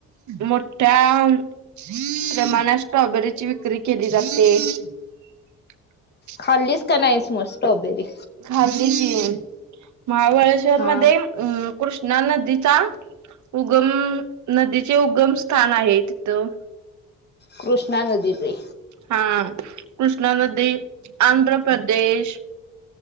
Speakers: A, on the right (about 70°); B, on the left (about 35°).
A: मोठ्या प्रमाणात स्ट्रॉबेरीची विक्री केली जाते. <inaudible>
B: खाल्लीच का नाहीस म स्ट्रॉबेरी.
A: खाल्ली की महाबळेश्वर
B: हा
A: मध्ये कृष्ण ना नदीचा उगम नदीचे उगम स्थान आहे तिथं
B: कृष्णा नदी चे,
A: हा कृष्णा नदी आंध्र प्रदेश,